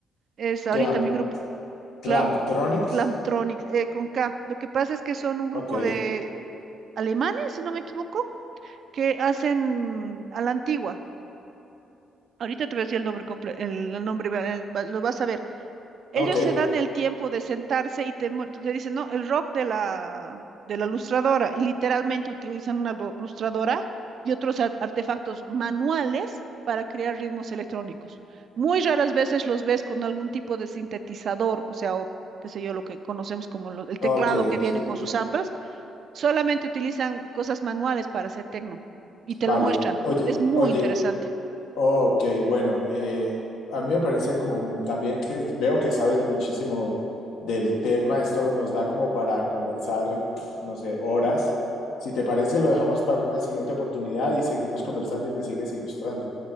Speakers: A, on the right; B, on the left.
A: Es ahorita
B: Clamp,
A: mi grupo, Clam,
B: Clamptronics.
A: Clamtronics, eh, con K. Lo que pasa es que son un grupo
B: Ok,
A: de alemanes, si no me equivoco, que hacen a la antigua. Ahorita te voy a decir el nombre comple- el, el nombre, va- eh, va- lo vas a ver. Ellos
B: ok,
A: se dan el tiempo de sentarse y te, mu- te dicen, no, el rock de la, de la lustradora, y literalmente utilizan una lu- lustradora y otros ar- artefactos manuales para crear ritmos electrónicos. Muy raras veces los ves con algún tipo de sintetizador, o sea, o qué sé yo, lo que conocemos como lo- el teclado
B: ok,
A: que viene
B: sí,
A: con
B: entiendo.
A: sus amplas, solamente utilizan cosas manuales para hacer tecno y te
B: Vale,
A: lo muestran.
B: oye,
A: Es muy
B: oye,
A: interesante.
B: ok, bueno, eh, a mí me parece como también que veo que sabes muchísimo del tema, esto nos da como para conversar, pf, no sé, horas. Si te parece, lo dejamos para una siguiente oportunidad y seguimos conversando y me sigues ilustrando.